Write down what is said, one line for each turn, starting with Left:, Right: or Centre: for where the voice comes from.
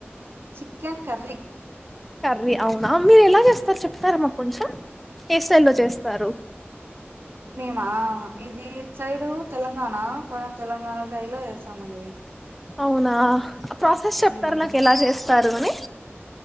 Right: చికెన్ కర్రీ
Centre: కర్రీ అవునా మీరు ఎలా చేస్తారు చెప్తారా మాకు కొంచెం ఏ స్టైల్ లో చేస్తారు
Right: మేమా ఇది ఇట్ సైడు తెలంగాణ కొనం తెలంగాణ స్టైల్ లో చేస్తామండి
Centre: అవునా ప్రాసెస్ చెప్తారా
Right: మ్మ్
Centre: నాకు ఎలా చేస్తారు అని